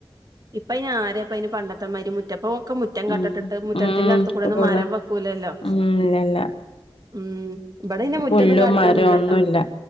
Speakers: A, on the right; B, on the left.
A: ഇപ്പൊ അയിൻ ആരപ്പ പണ്ടത്തമാരി മുറ്റപ്പൊ ഒക്കെ മുറ്റം കട്ടട്ടിട്ട്
B: ഉം
A: മുറ്റത്തിന്റെ
B: ഉം
A: അടുത്ത്
B: ഇപ്പൊ
A: കൂടെ ഒന്ന്
B: ഫുള്ള്
A: മരം വെക്കൂലല്ലോ.
B: ഉം ഇല്ലല്ല
A: ഉം ഇവിടെ ഇെ മുറ്റൊന്നും
B: പുല്ലും
A: കാട്ടിട്ടൊന്നുംല്ലട്ടോ
B: മരവും ഒന്നുല്ല